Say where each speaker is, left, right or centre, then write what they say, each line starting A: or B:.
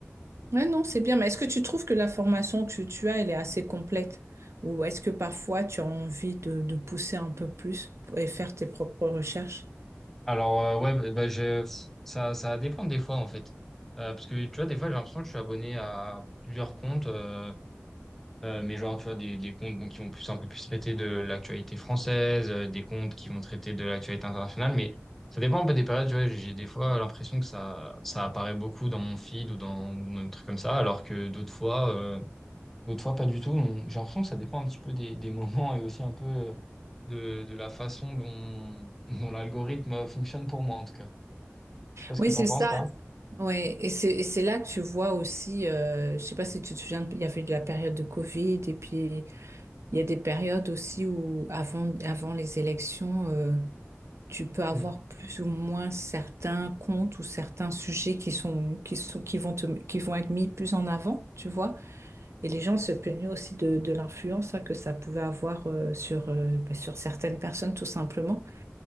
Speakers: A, on the right (about 70°); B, in the centre.
A: Ouais, non, c'est bien. Mais est-ce que tu trouves que la formation que tu as, elle est assez complète? Ou est-ce que parfois tu as envie de, de pousser un peu plus et faire tes propres recherches?
B: Alors euh, ouais, bah, bah, j'ai- ça ça va dépendre des fois en fait, Euh, parce que tu vois des fois j'ai l'impression que je suis abonné à plusieurs comptes. euh, Euh, mais genre, tu vois, des, des comptes bon, qui vont plus, un peu plus traiter de l'actualité française, euh, des comptes qui vont traiter de l'actualité internationale, mais ça dépend un peu des périodes, tu vois, j'ai j'ai des fois l'impression que ça, ça apparaît beaucoup dans mon feed ou dans, ou dans des trucs comme ça, alors que d'autres fois, euh, d'autres fois pas du tout. Donc, J'ai l'impression que ça dépend un petit peu des, des moments et aussi un peu euh, de, de la façon dont, dont l'algorithme fonctionne pour moi, en tout cas. Je sais pas ce
A: Oui,
B: que t'en
A: c'est
B: penses,
A: ça.
B: toi.
A: Ouais, et c'est et c'est là que tu vois aussi, euh, je sais pas si tu te souviens, il y avait de la période de Covid et puis Il y a des périodes aussi où, avant, avant les élections, euh, tu peux avoir
B: Oui.
A: plus ou moins certains comptes ou certains sujets qui sont, qui sont, qui vont te- qui vont être mis plus en avant, tu vois. Et les gens se plaignaient aussi de, de l'influence, hein, que ça pouvait avoir, euh, sur, euh, bah, sur certaines personnes, tout simplement.